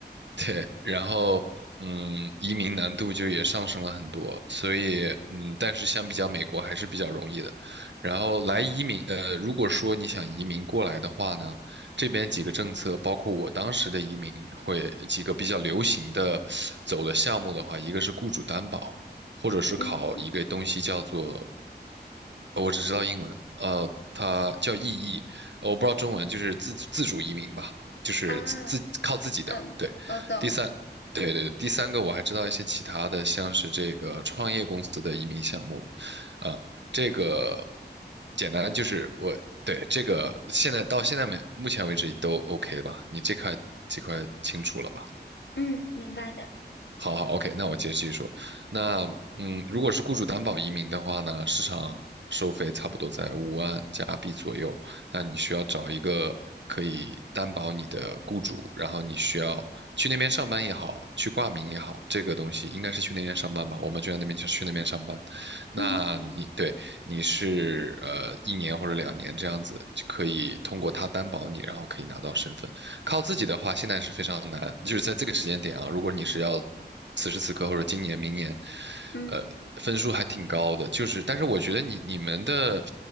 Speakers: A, on the right (about 80°); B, on the left (about 80°).
A: 对，然后嗯，移民难度就也上升了很多，所以嗯，但是相比较美国还是比较容易的。然后来移民，呃，如果说你想移民过来的话呢，这边几个政策，包括我当时的移民会几个比较流行的走的项目的话，一个是雇主担保，或者是考一个东西叫做
B: 嗯
A: 呃我只知道英文，呃，它叫意译，呃我不知道中文，就是自自主移民吧，就是自自靠自己的。
B: 啊嗯，
A: 对，
B: 我懂我懂，
A: 第三，对对，第三个我还知道一些其他的，像是这个创业公司的移民项目，啊、这个简单就是我对这个现在到现在没目前为止都 OK 吧？你这块这块清楚了吧？
B: 嗯，明白的，
A: 好好，OK，那我接着继续说。那嗯，如果是雇主担保移民的话呢，市场收费差不多在五万加币左右。那你需要找一个可以担保你的雇主，然后你需要去那边上班也好，去挂名也好，这个东西应该是去那边上班吧？我们就在那边去去那边上班。那你对你是呃一年或者两年这样子，
B: 嗯
A: 就可以通过他担保你，然后可以拿到身份。靠自己的话，现在是非常难，就是在这个时间点啊，如果你是要此时此刻或者今年、明年，
B: 嗯
A: 呃，分数还挺高的，就是，但是我觉得你你们的